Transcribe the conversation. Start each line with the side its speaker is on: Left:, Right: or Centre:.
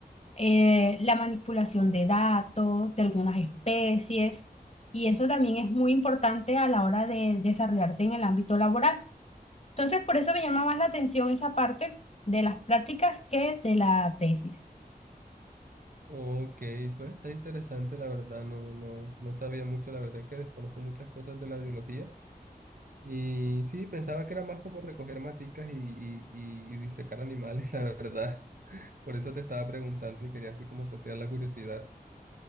Left: eh, la manipulación de datos, de algunas especies, y eso también es muy importante a la hora de desarrollarte en el ámbito laboral. Entonces, por eso me llama más la atención esa parte de las prácticas que de la tesis.
Right: Ok, pues está interesante, la verdad, no, no, no sabía mucho, la verdad es que desconozco muchas cosas de la biología y sí, pensaba que era más como recoger maticas y, y, y y disecar animales, <laughs> la verdad. Por eso te estaba preguntando y quería así como saciar la curiosidad.